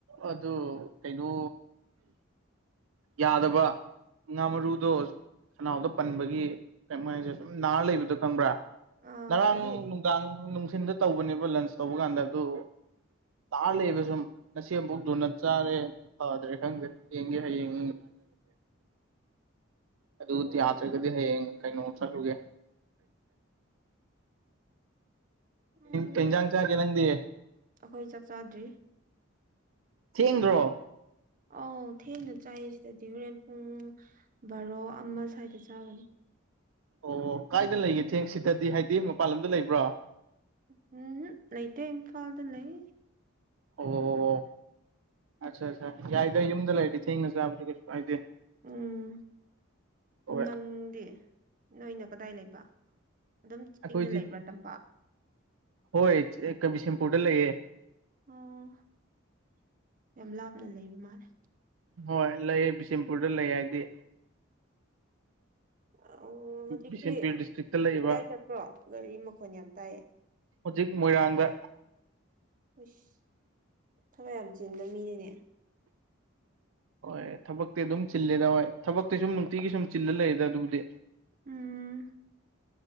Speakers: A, on the right; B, on the right.
A: ꯑꯗꯨ ꯀꯩꯅꯣ ꯌꯥꯗꯕ ꯉꯥ ꯃꯔꯨꯗꯣ ꯈꯅꯥꯎꯗ ꯄꯟꯕꯒꯤ ꯀꯩ ꯍꯥꯏꯁꯦ ꯁꯨꯝ ꯅꯥꯔ ꯂꯩꯕꯗꯣ ꯈꯪꯕ꯭ꯔꯥ
B: ꯑꯥ
A: ꯉꯔꯥꯡ
B: ꯑꯗꯨ
A: ꯅꯨꯡꯗꯥꯡ ꯅꯨꯡꯊꯤꯤꯟꯗ ꯇꯧꯕꯅꯦꯕ ꯂꯟꯁ ꯇꯧꯕ ꯀꯥꯟꯗ ꯑꯗꯨ ꯇꯥꯔ ꯂꯩꯕ ꯁꯨꯝ ꯅꯁꯤ ꯑꯃꯨꯐꯛꯛꯇꯨꯅ ꯆꯥꯔꯦ ꯐꯗ꯭ꯔꯦ ꯈꯪꯗ꯭ꯔꯦ ꯌꯦꯡꯒꯦ ꯍꯌꯦꯡ ꯑꯗꯨ
B: ꯑꯣ
A: ꯌꯥꯗ꯭ꯔꯒꯗꯤ ꯍꯌꯦꯡ ꯀꯩꯅꯣꯡ ꯆꯠꯂꯨꯒꯦ
B: ꯎꯝ
A: ꯀꯖꯥꯡꯆꯥ ꯅꯗꯤ
B: ꯑꯩꯈꯣꯏ ꯆꯥꯛ ꯆꯥꯗ꯭ꯔꯤ
A: ꯊꯦꯡꯗ꯭ꯔꯣ
B: ꯑꯧ ꯊꯦꯡꯅ ꯆꯥꯏ ꯁꯤꯗꯗꯤ ꯍꯣꯔꯦꯟ ꯄꯨꯡ ꯕꯥꯔꯣ ꯑꯃ ꯁ꯭ꯋꯥꯏꯗ ꯆꯥꯕꯅꯤ
A: ꯑꯣ ꯀꯥꯏꯗ ꯂꯩꯒꯦ ꯊꯦꯡ ꯁꯤꯗꯗꯤ ꯍꯥꯏꯗꯤ ꯃꯄꯥꯟ ꯂꯝꯗ ꯂꯩꯕ꯭ꯔꯣ
B: ꯎꯝ ꯂꯩꯇꯦ ꯏꯝꯐꯥꯜꯗ ꯂꯩ
A: ꯑꯣ ꯑꯣ ꯑꯣ ꯑꯠꯆꯥ ꯑꯠꯆꯥ ꯌꯥꯏꯗ ꯌꯨꯝꯗ ꯂꯩꯔꯗꯤ ꯊꯦꯡꯅ ꯆꯥꯕꯁꯨ ꯀꯩꯁꯨ ꯀꯥꯏꯗꯦ
B: ꯎꯝ
A: ꯍꯣꯏ
B: ꯅꯪꯗꯤ ꯅꯣꯏꯅ ꯀꯗꯥꯏ ꯂꯩꯕ ꯑꯗꯨꯝ ꯆꯤꯡꯗ
A: ꯑꯩꯈꯣꯏ
B: ꯂꯩꯕ꯭ꯔꯥ ꯇꯝꯄꯥꯛ
A: ꯍꯣꯏ ꯀꯕꯤꯁꯦꯝꯄꯨꯔꯗ ꯂꯩꯌꯦ
B: ꯑꯣ ꯌꯥꯝ ꯂꯥꯞꯅ ꯂꯩꯕ ꯃꯥꯜꯂꯦ
A: ꯍꯣꯏ ꯂꯩ ꯕꯤꯁꯦꯝꯄꯨꯔꯗ ꯂꯩ ꯍꯥꯏꯗꯤ
B: ꯑꯣ ꯍꯧꯖꯤꯛꯇꯤ
A: ꯕꯤꯁꯦꯝꯄꯨꯔ ꯗꯤꯁꯇ꯭ꯔꯤꯛꯇ ꯂꯩꯕ
B: ꯀꯗꯥꯏ ꯆꯠꯄ꯭ꯔꯣ ꯒꯥꯔꯤ ꯃꯈꯣꯟ ꯌꯥꯝ ꯇꯥꯏꯌꯦ
A: ꯍꯧꯖꯤꯛ ꯃꯣꯏꯔꯥꯡꯗꯥ
B: ꯏꯁ ꯊꯥꯕꯛ ꯌꯥꯝ ꯆꯤꯟꯕ ꯃꯤꯅꯤꯅꯦ
A: ꯍꯣꯏ ꯊꯥꯕꯛꯇꯤ ꯑꯗꯨꯝ ꯆꯤꯜꯂꯤꯗꯥ ꯍꯣꯏ ꯊꯥꯕꯛ ꯅꯨꯡꯇꯤ ꯁꯨꯝ ꯅꯨꯡꯇꯤꯒꯤ ꯁꯨꯝ ꯆꯤꯜꯂꯥ ꯂꯩꯗ ꯑꯗꯨꯕꯨꯗꯤ
B: ꯎꯝ